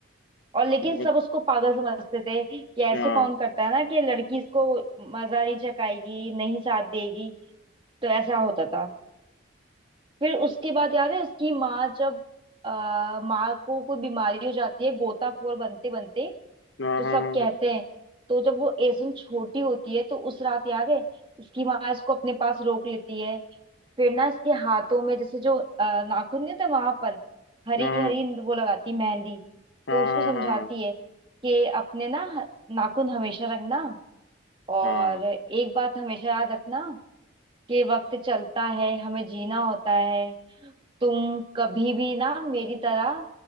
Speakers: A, on the right; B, on the left.
A: और लेकिन
B: बहुत
A: सब उसको पागल समझते थे कि ऐसे
B: हाँ
A: कौन करता है ना कि लड़की इसको मजा नहीं चखाएगी नहीं साथ देगी तो ऐसा होता था फिर उसके बाद याद है उसकी माँ जब आ, माँ को कोई बीमारी हो जाती है गोताखोर बनते बनते
B: हाँ
A: तो
B: हाँ
A: सब
B: हाँ
A: कहते हैं तो जब वो एसुन छोटी होती है तो उस रात याद है इसकी माँ इसको अपने पास रोक लेती है फिर ना इसके हाथों में जैसे जो अ, नाखून नहीं होते वहां पर हरी
B: हाँ हाँ
A: हरी वो लगाती मेहंदी
B: हाँ
A: तो उसको समझाती
B: हाँ हाँ
A: है कि अपने ना ह- नाखून हमेशा रखना और
B: हाँ हाँ
A: एक बात हमेशा याद रखना कि वक्त चलता है हमें जीना होता है तुम कभी भी ना मेरी तरह